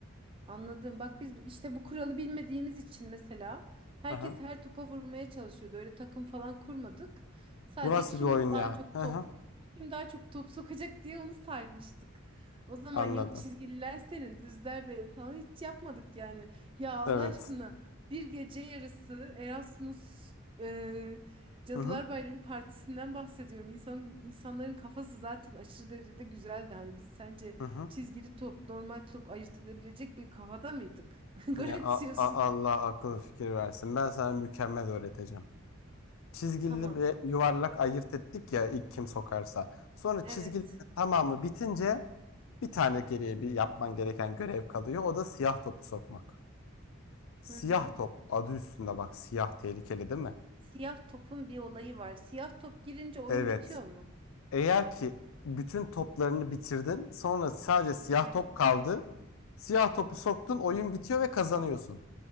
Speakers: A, on the right (about 25°); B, on the left (about 75°).
A: Anladım. Bak biz işte bu kuralı bilmediğimiz için mesela herkes
B: Hı hı.
A: her topa vurmaya çalışıyordu. Öyle takım falan kurmadık. Sadece
B: Bu nasıl
A: kim
B: bir oyun
A: daha
B: ya?
A: çok
B: Hı
A: top,
B: hı.
A: kim daha çok top sokacak diye onu saymıştık. O zaman
B: Anladım.
A: yok çizgililer senin, düzler benim falan hiç yapmadık yani. Ya Allah
B: Evet.
A: aşkına bir gece yarısı Erasmus e, Cadılar
B: Hı hı.
A: Bayramı partisinden bahsediyorum. İnsan, insanların kafası zaten aşırı derecede güzeldi. Hani biz sence
B: Hı hı.
A: Çizgili top, normal top ayırt edebilecek bir kafada mıydık? <laughs> Garipsiyorsun.
B: Ya a- a- Allah akıl fikir versin. Ben sana mükemmel öğreteceğim. Çizgili
A: Tamam.
B: ve yuvarlak ayırt ettik ya ilk kim sokarsa. Sonra
A: Evet.
B: çizgili tamamı bitince Bir tane geriye bir yapman gereken görev kalıyor. O da siyah topu sokmak. Siyah
A: Hı hı.
B: top adı üstünde bak siyah tehlikeli değil mi?
A: Siyah topun bir olayı var. Siyah top girince oyun
B: Evet.
A: bitiyor mu?
B: Eğer ki bütün toplarını bitirdin sonra sadece siyah
A: Hı hı.
B: top kaldı. Siyah topu soktun oyun bitiyor ve kazanıyorsun.